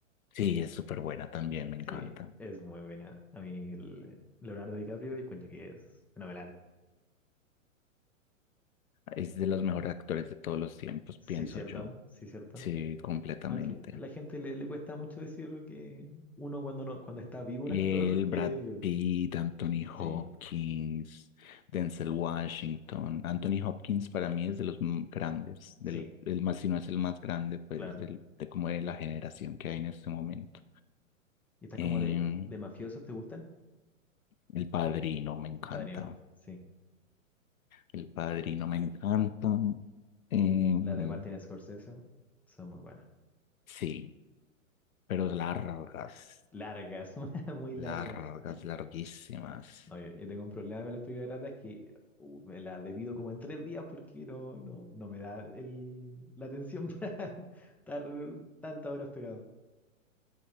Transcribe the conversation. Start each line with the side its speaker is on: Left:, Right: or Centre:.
Left: Sí, es súper buena también, me encanta.
Centre: Sí, es muy buena. A mí el- Leonardo DiCaprio y cuento que es fenomenal.
Left: Es de los mejores actores de todos los tiempos,
Centre: Sí,
Left: pienso
Centre: cierto,
Left: yo.
Centre: sí, cierto.
Left: Sí, completamente.
Centre: Aunque a la gente le, le cuesta mucho decir que uno cuando no, cuando está vivo
Left: El
Centre: un actor que
Left: Brad
Centre: es vivo.
Left: Pitt, Anthony Hopkins,
Centre: Sí,
Left: Denzel Washington. Anthony Hopkins para mí es de los m- grandes, de
Centre: sí,
Left: los, el más, si no es el más grande, pues
Centre: claro.
Left: del- de como de la generación que hay en este momento.
Centre: ¿Y estas
Left: Em,
Centre: como de, de mafiosos te gustan?
Left: El Padrino me encanta.
Centre: El Padrino, sí.
Left: El Padrino me encanta. Em,
Centre: Las de Martin Scorsese son muy buenas.
Left: sí, pero largas,
Centre: Largas, <laughs> muy largas.
Left: largas, larguísimas.
Centre: No, yo, yo tengo un problema con las películas raras que uh, me las debido como en tres días porque no, no, no me da el, la atención <laughs> para estar tantas horas pegado.